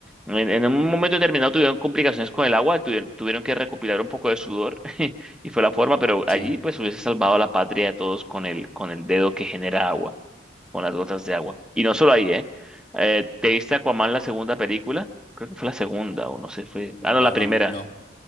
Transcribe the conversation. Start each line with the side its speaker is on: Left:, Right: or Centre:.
Centre: en, en un momento determinado tuvieron complicaciones con el agua, tuvieron, tuvieron que recopilar un poco de sudor <laughs> y fue la forma, pero allí
Left: Sí.
Centre: pues hubiese salvado a la patria de todos con el, con el dedo que genera agua con las gotas de agua. Y no solo ahí, ¿eh? Eh, ¿te viste Aquaman la segunda película? Creo que fue la segunda, o no sé, fue...
Left: No,
Centre: Ah, no, la primera.
Left: no, no,